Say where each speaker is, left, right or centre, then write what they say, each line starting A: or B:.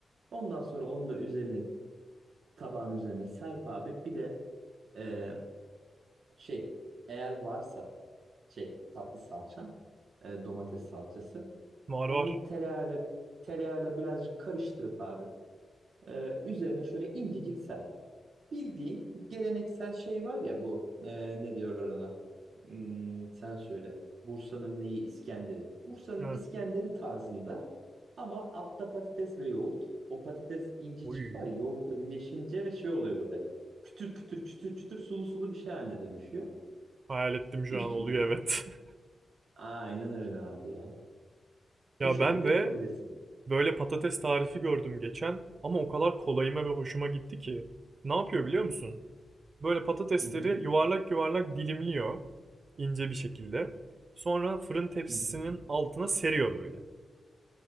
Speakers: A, on the right; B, on the right.
A: Ondan sonra onu da üzerine tabağın üzerine serp abi. Bir de e, şey eğer varsa şey tatlı salça e, domates salçası
B: Var
A: onu
B: var.
A: tereyağıyla tereyağıyla birazcık karıştırıp abi e, üzerine şöyle incecik serp. Bildiğin geleneksel şey var ya bu e, ne diyorlar ona? Hmm, sen söyle. Bursa'nın neyi İskender'i? Bursa'nın
B: Ha.
A: İskender'i tarzında ama altta patates ve yoğurt. O patates incecik
B: Oy.
A: var ya, yoğurtla birleşince ve şey oluyor böyle. Kütür kütür çütür çütür sulu sulu bir şey haline dönüşüyor.
B: Hayal ettim şu
A: Üstünde
B: an oluyor
A: de
B: evet. <laughs>
A: aynen öyle abi ya.
B: Ya
A: Bu şekilde
B: ben de
A: yapabilirsin.
B: böyle patates tarifi gördüm geçen ama o kadar kolayıma ve hoşuma gitti ki. Ne yapıyor biliyor musun? Böyle patatesleri
A: Hı hı
B: yuvarlak yuvarlak dilimliyor ince bir şekilde. Sonra fırın tepsisinin
A: hı hı
B: altına seriyor böyle.